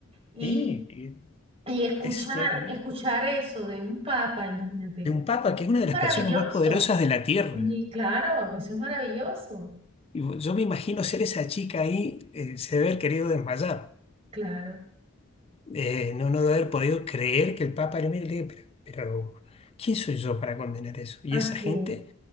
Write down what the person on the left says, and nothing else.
Sí,
es, Dios mío,
De un papa que es una de
las personas más poderosas de la tierra.
Y vo- yo me imagino ser esa chica ahí, eh, se debe haber querido desmayar.
Eh, no, no debe haber podido creer que el Papa le mire y le diga, pero, pero, ¿quién soy yo para condenar eso? Y
esa gente,